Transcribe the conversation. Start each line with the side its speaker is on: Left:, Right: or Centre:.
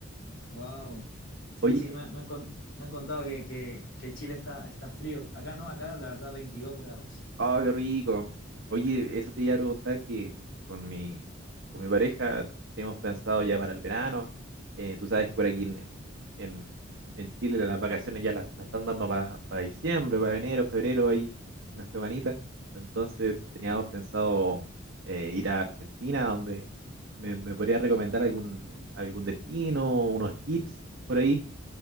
Left: wow. Sí,
Right: <laughs> Oye.
Left: sí, me, me han, con- me han contado que, que- que Chile está, está frío. Acá no, acá la verdad 22 grados.
Right: Oh, qué rico. Oye, eso te iba a preguntar que con mi, con mi pareja tenemos pensado ya para el verano. Eh, tú sabes que por aquí en, en, en- en Chile las vacaciones ya las, las están dando para diciembre, para enero, febrero, ahí una semanita. Entonces teníamos pensado eh, ir a Argentina, donde me, me podría recomendar algún, algún destino, unos tips por ahí.